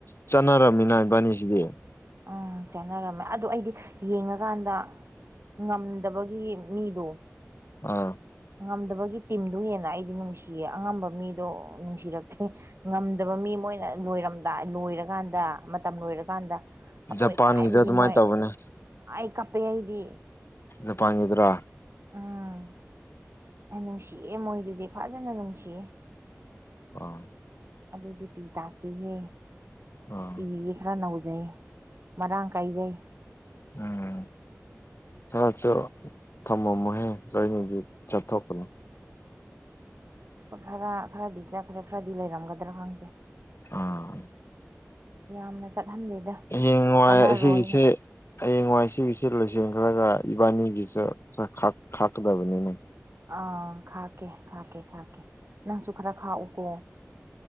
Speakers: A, on the left; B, on the right.
A: ꯆꯠꯅꯔꯝꯃꯤꯅ ꯏꯕꯥꯅꯤꯁꯤꯗꯤ
B: ꯎꯝ ꯆꯠꯅꯔꯝꯃꯦ ꯑꯗꯨꯗꯣ ꯑꯩꯗꯤ ꯌꯦꯡꯉꯀꯥꯟꯗ ꯉꯝꯗꯕꯒꯤ ꯃꯤꯗꯣ
A: ꯑꯥ
B: ꯉꯝꯗꯕꯒꯤ ꯇꯤꯝꯗ ꯍꯦꯟꯅ ꯑꯩꯗꯤ ꯅꯨꯡꯁꯤꯌꯦ ꯑꯉꯝꯕ ꯃꯤꯗꯣ ꯅꯨꯡꯁꯤꯔꯛꯇꯦ ꯉꯝꯗꯕ ꯃꯤ ꯃꯣꯏꯅ ꯂꯣꯏꯔꯝꯗꯥꯏ ꯂꯣꯏꯔꯀꯥꯟꯗ ꯃꯇꯝ ꯂꯣꯏꯔꯀꯥꯟꯗ ꯊꯃꯣꯏ
A: ꯖꯄꯥꯟꯒꯤꯗ
B: ꯀꯥꯏꯕꯒꯤ
A: ꯑꯗꯨꯃꯥꯏꯅ
B: ꯃꯣꯏ
A: ꯇꯧꯕꯅꯦ
B: ꯑꯩ ꯀꯞꯄꯦ ꯑꯩꯗꯤ
A: ꯑꯗꯨ ꯐꯥꯡꯉꯗ꯭ꯔꯥ
B: ꯎꯝ ꯑꯩ ꯅꯨꯡꯁꯤꯌꯦꯦ ꯃꯣꯏꯗꯨꯗꯤ ꯐꯖꯅ ꯅꯨꯡꯁꯤꯌꯦ
A: ꯑꯥ
B: ꯑꯗꯨꯗꯤ ꯄꯤ ꯇꯥꯈꯤꯍꯦ
A: ꯑꯥ
B: ꯄꯤꯁꯤ ꯈꯔ ꯅꯧ ꯩ ꯃꯔꯥꯡ ꯀꯥꯏꯖꯩ
A: ꯎꯝ ꯈꯔꯁꯨ ꯊꯝꯃꯝꯃꯣꯍꯦ ꯂꯣꯏꯅꯗꯤ ꯆꯠꯊꯣꯛꯄꯅꯤ
B: ꯂ ꯈꯔ ꯈꯔꯗꯤ ꯆꯠꯈ꯭ꯔꯦ ꯈꯔꯗꯤ ꯂꯩꯔꯝꯒꯗ꯭ꯔꯥ ꯈꯪꯗꯦ
A: ꯑꯥ
B: ꯌꯥꯝꯅ ꯆꯠꯍꯟꯗꯦꯗ
A: ꯌꯦꯡ ꯉꯏ
B: ꯀꯥꯟꯅꯔꯣꯏꯅ
A: ꯑꯁꯤꯒꯤꯁꯦ ꯍꯌꯦꯡꯋꯥꯏ ꯁꯤꯒꯤꯁꯤꯦ ꯂꯣꯏꯁꯤꯟꯈ꯭ꯔꯒ ꯏꯕꯥꯅꯤꯒꯤꯁꯨ ꯈ ꯈꯥꯛꯀꯗꯕꯅꯤꯅ
B: ꯑꯥ ꯈꯥꯀꯦ ꯈꯥꯀꯦ ꯈꯥꯀꯦ ꯅꯪꯁꯨ ꯈꯔ ꯈꯥꯛꯎꯀꯣ